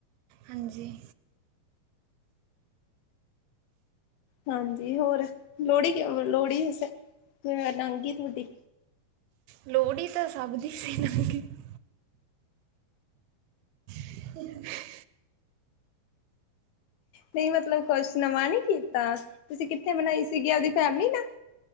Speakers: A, on the right; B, on the left.
A: ਹਾਂਜੀ।
B: ਹਾਂਜੀ, ਹੋਰ ਲੋਹੜੀ <unintelligible> ਲੋਹੜੀੰ ਸੇ ਕਿਵੇਂ ਲਾਂਗ ਗੀ ਤੁਹਾਡੀ।
A: ਲੋਹੜੀ ਤਾਂ ਸਭ ਦੀ ਸੇਮ <unintelligible> <unintelligible>
B: ਨਹੀਂ ਮਤਲਬ ਕੁਛ ਨਵਾਂ ਨੀ ਕੀਤਾ, ਤੁਸੀਂ ਕਿੱਥੇ ਮਨਾਈ ਸੀਗੀ ਆਪਦੀ ਫੈਮਿਲੀ ਨਾਲ?